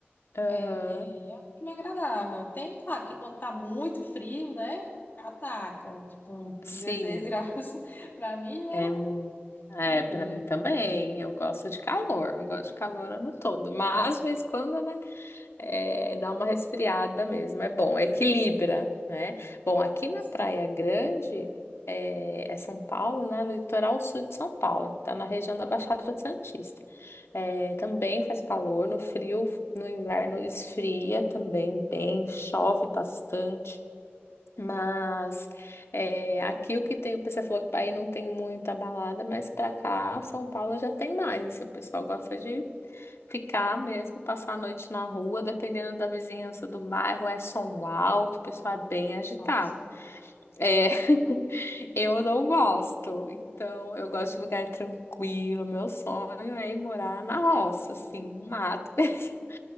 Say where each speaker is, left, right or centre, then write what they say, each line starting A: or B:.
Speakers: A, on the left (about 80°); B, on the left (about 50°).
A: aham.
B: é, é um clima agradável. Tem, claro, que quando tá muito frio, né? Ataca. Tipo, um
A: sim,
B: 16 graus <laughs> pra mim é
A: é um. É,
B: frio,
A: para
B: né?
A: mim também. Eu gosto de calor, eu gosto de calor ano todo. Mas, de vez em quando, né? É, dá uma resfriada mesmo, é bom, equilibra, né? Bom, aqui na
B: Sim,
A: Praia Grande, é, é São Paulo, né? Litoral sul de São Paulo, tá na região da Baixada Santista. É, também faz calor, no frio, no inverno esfria também bem, chove bastante. Mas é, aqui o que tem, o pessoal falou que aí não tem muita balada, mas pra cá, São Paulo já tem mais. Assim, o pessoal gosta de ficar mesmo, passar a noite na rua, dependendo da vizinhança do bairro, é som alto, o pessoal é bem agitado.
B: nossa.
A: É, <laughs> eu não gosto, então eu gosto de lugar tranquilo. Meu sonho é ir morar na roça, assim, no mato. <laughs>